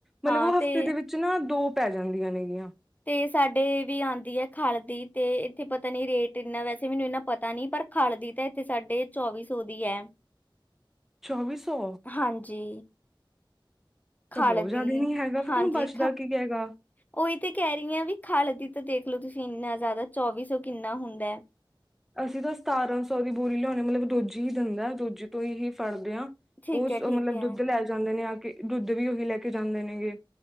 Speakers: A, in the centre; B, on the left.
A: ਮਤਲਬ
B: ਹਾਂ
A: ਉਹ ਹਫ਼ਤੇ
B: ਤੇ
A: ਦੇ ਵਿੱਚ ਨਾ ਦੋ ਪੈ ਜਾਂਦੀਆਂ ਨੇ ਗੀਆਂ।
B: ਤੇ ਸਾਡੇ ਵੀ ਆਦੀ ਹੈ ਖਲ ਦੀ ਤੇ ਇੱਥੇ ਪਤਾ ਨੀ ਰੇਟ ਇੰਨਾ ਵੈਸੇ ਮੈਨੂੰ ਇਨਾ ਪਤਾ ਨੀ ਪਰ ਖਲ ਦੀ ਤਾਂ ਇੱਥੇ ਸਾਡੇ ਚੌਵੀ ਸੌ ਦੀ ਹੈ।
A: ਚੌਵੀ ਸੌ
B: ਹਾਂਜੀ।
A: ਤਾਂ
B: ਖਲ
A: ਬਹੁਤ ਜ਼ਿਆਦਾ
B: ਦੀ
A: ਨੀ ਹੈਗਾ ਫਿਰ
B: ਹਾਂਜੀ,
A: ਤੈਨੂੰ ਬਚਦਾ ਕੀ ਹੈਗਾ
B: ਉਹੀ ਤੇ ਕਹਿ ਰਹੀ ਹਾ ਵੀ ਖਲ ਦੀ ਤਾਂ ਦੇਖ ਦੇਖਲੋ ਤੁਸੀਂ ਇੰਨਾ ਜ਼ਿਆਦਾ ਚੌਵੀ ਸੋ ਕਿੰਨਾ ਹੁੰਦਾ ਹੈ।
A: ਅਸੀਂ ਤਾਂ ਸਤਾਰਾਂ ਸੌ ਦੀ ਬੋਰੀ ਲਿਆਣੇ ਹਾ ਮਤਲਬ ਦੋਜੀ ਹੀ ਦਿੰਦਾ ਦੂਜੀ ਤੋਂ ਹੀ ਫੜਦੇ ਹਾਂ।
B: ਠੀਕ
A: ਉਹ
B: ਹੈ ਠੀਕ
A: ਮਤਲਬ
B: ਹੈ
A: ਦੁੱਧ ਲੈ ਜਾਂਦੇ ਨੇ ਦੁੱਧ ਵੀ ਉਹੀ ਲੈ ਕੇ ਜਾਂਦੇ ਨੇਗੇ।